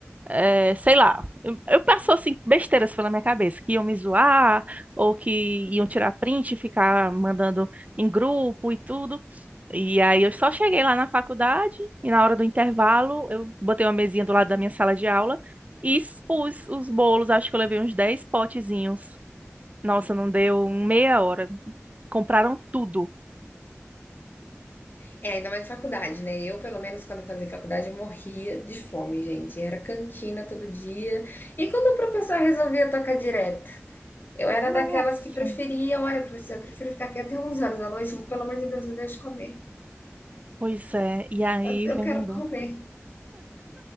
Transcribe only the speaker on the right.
é, sei lá, eu, eu passo assim, besteiras pela minha cabeça, que iam me zoar, ou que iam tirar print e ficar mandando em grupo e tudo. E aí eu só cheguei lá na faculdade e na hora do intervalo eu botei uma mesinha do lado da minha sala de aula e expus os bolos, acho que eu levei uns 10 potezinhos. Nossa, não deu um meia hora. Compraram tudo.
Nossa,
pois é. E aí,
vem
meu bom.